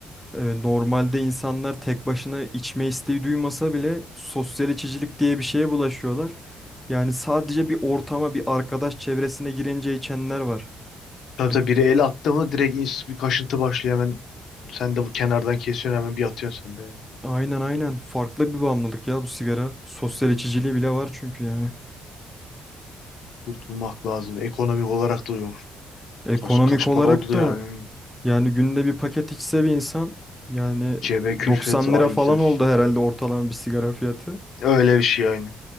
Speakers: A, in the centre; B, on the left.
A: E, Normalde insanlar tek başına içme isteği duymasa bile sosyal içicilik diye bir şeye bulaşıyorlar. Yani sadece bir ortama, bir arkadaş çevresine girince içenler var.
B: Tabii
A: Hani
B: tabii biri el attı mı direkt ins- bir kaşıntı başlıyor hemen. Sen de bu kenardan kesiyorsun hemen bir atıyorsun sen de.
A: aynen aynen farklı bir bağımlılık ya bu sigara. Sosyal içiciliği bile var çünkü yani.
B: Kurtulmak lazım. Ekonomik olarak da yok.
A: Ekonomik
B: Kaç, kaç
A: olarak
B: para oldu
A: da
B: yani.
A: yani günde bir paket içse bir insan yani
B: Cebe külfet
A: 90
B: aydı.
A: lira falan oldu herhalde ortalama bir sigara fiyatı.
B: Öyle bir şey yani.